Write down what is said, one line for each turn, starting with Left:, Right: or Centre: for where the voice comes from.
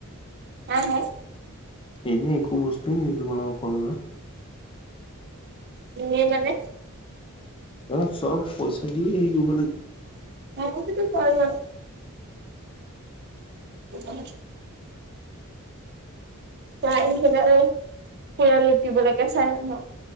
Right: হ হ
Left: এনেই একো বস্তুৱেই নিেদ তোমালোক কলেজত
Right: নননানে
Left: ত চব পইচা দিিয় গব লাগে
Right: ম সটো ভ ল ভ আ চাই সেইব আৰু পুৰা লুটিবলৈকে চাই মানুহক